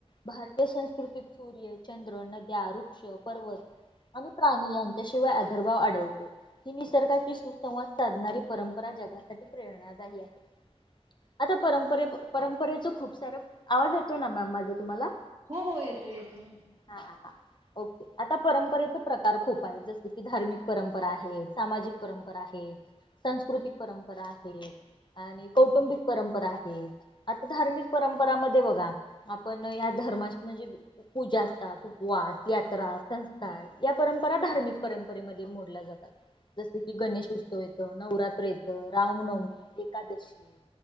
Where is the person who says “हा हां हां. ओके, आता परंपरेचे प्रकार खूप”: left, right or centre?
Left